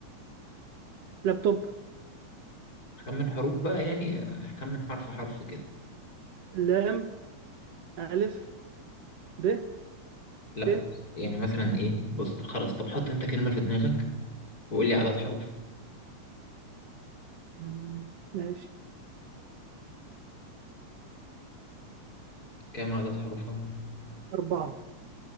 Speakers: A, on the right; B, on the left.
A: لابتوب
B: خمن حروف بقى يعني آه، خمن حرف حرف كده
A: لام الف ب
B: لا
A: ت
B: يعني مثلا ايه بص خلاص طب حط انت كلمه في دماغك وقول لي عدد حروفها
A: مم. ماشي
B: كام عدد حروفها
A: اربعه